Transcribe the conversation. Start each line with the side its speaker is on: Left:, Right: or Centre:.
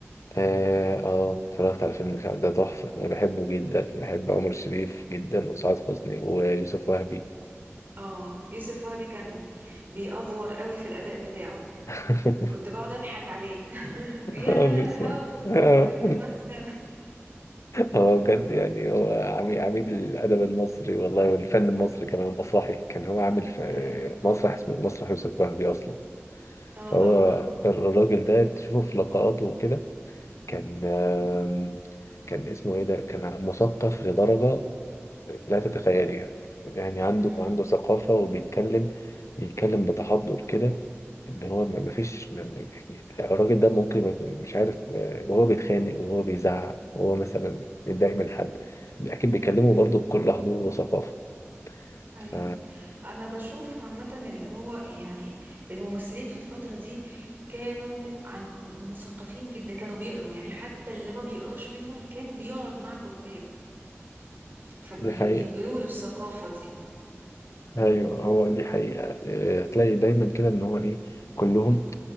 Left: اه آه، اتفرجت على فيلم الإشاعة ده تحفة انا بحبه جدا بحب عمر شريف جدا وسعاد حسني ويوسف وهبي
Right: اه يوسف وهبي كان بيأفور قوي في الأداء بتاعه
Left: <laughs>
Right: كنت بقعد أضحك عليه <laughs> يا
Left: اه
Right: لا
Left: بالظبط
Right: الهول
Left: اه
Right: يا لا المهزلة
Left: هو بجد يعني هو عمي- عميد الادب المصري والله والفن المصري كمان مسرحي كان هو عامل في
Right: <laughs> ايوه
Left: مسرح اسمه مسرح يوسف وهبي اصلا
Right: اه
Left: فهو
Right: طبعا مم.
Left: الراجل ده تشوفه في لقاءاته وكده كان آم، كان اسمه ايه ده كان مثقف لدرجة لا تتخيليها يعني عنده
Right: مم.
Left: عنده ثقافة وبيتكلم بيتكلم بتحضر كده ان هو ما ما فيش ما- ما- يعني الراجل ده ممكن ما يكون- مش عارف آه، وهو بيتخانق وهو بيزعق وهو مثلا بيتضايق من حد اكيد بيكلمه برضه بكل حضور وثقافة
Right: ايوه
Left: ف
Right: انا بشوف عامة اللي هو يعني الممثلين في الفترة دي كانوا عن مثقفين جدا كانوا بيقروا يعني حتى اللي ما بيقراش منهم كان بيقعد مع كتاب فبينقلوا
Left: دي حقيقة
Right: له الثقافة دي امم
Left: ايوه هو دي حقيقة آه، تلاقي دايما كده ان هو ايه كلهم